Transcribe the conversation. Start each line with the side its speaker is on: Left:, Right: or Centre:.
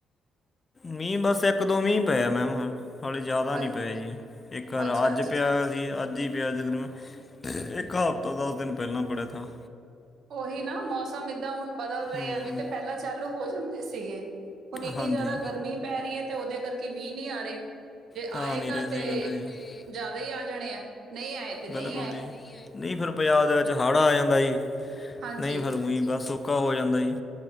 Left: ਮੀਂਹ ਬਸ ਇੱਕ ਦੋ ਮੀਂਹ ਪਏ ਐ ਮੈਮ ਹ। ਹੌਲੇੇ ਜ਼ਿਆਦਾ ਨਹੀਂ
Right: ਅੱ
Left: ਪਏ ਜੀ ਇੱਕ
Right: ਅੱਛਾ
Left: ਅੱਜ
Right: ਅੱਛਾ
Left: ਪਿਆ ਸੀ ਅੱਜ ਹੀ ਪਿਆ ਤਕਰੀਬਨ ਇੱਕ ਪੱਕਾ ਹਫ਼ਤਾ ਦਸ ਦਿਨ ਪਹਿਲਾਂ ਪੜਿਆਾ।
Right: ਉਹੀ ਨਾ ਮੌਸਮ ਏਦਾਂ ਹੁਣ ਬਦਲ ਰਿਹਾ
Left: ਹੂੰ
Right: ਨਹੀਂ ਤਾਂ ਪਹਿਲਾਂ ਚਾਲੂ ਹੋ ਜਾਂਦੇ ਸੀਗੇ। ਹੁਣ ਇੰਨੀ
Left: ਹਾਂਜੀ
Right: ਜ਼ਿਆਦਾ ਗਰਮੀ ਪੈ ਰਹੀ ਹੈ ਤੇ ਉਹਦੇ ਕਰਕੇ। ਕਿ ਮੀਂਹ ਨੀ ਆ ਰਹੇ ਜੇ
Left: ਤਾਂ
Right: ਆਏਗਾ
Left: ਨਹੀਂ ਰਹੀ ਸਹੀ
Right: ਤੇ
Left: ਗੱਲ ਹੈ ਜੀ
Right: ਜ਼ਿਆਦਾ ਹੀ ਆ ਜਾਣੇ ਆ' ਨਹੀਂ ਆਏ ਤੇ ਨਹੀਂ
Left: ਬਿਲਕੁਲ
Right: ਆਏ।
Left: ਜੀ ਨਹੀਂ ਫਿਰ ਪੰਜਾਬ ਦੇ ਵਿੱਚ ਹਾੜ ਆ ਜਾਂਦਾ ਈ।
Right: ਹਾਂਜੀ
Left: ਨਹੀਂ ਫਿਰ ਉਹੀ ਬਸ ਸੌਕਾਾ ਹੋ ਜਾਂਦਾ ਈ।